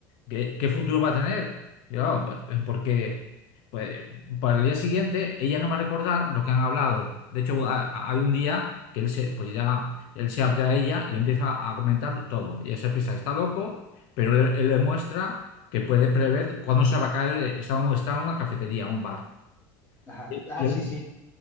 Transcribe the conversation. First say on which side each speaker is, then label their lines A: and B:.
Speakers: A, on the left (about 65°); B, on the left (about 20°).
A: ¿Qué, qué futuro va a tener? Yo, porque pues, para el día siguiente ella no va a recordar lo que han hablado. De hecho, ha- ha- hay un día que él se, pues ya, él se abre a ella y le empieza a comentar todo. Y ella se piensa que está loco, pero le- él, le muestra que puede prever cuándo se va a caer, está, en- está en una cafetería, un bar.
B: ajá.
A: Y
B: Ah,
A: y él,
B: sí, sí,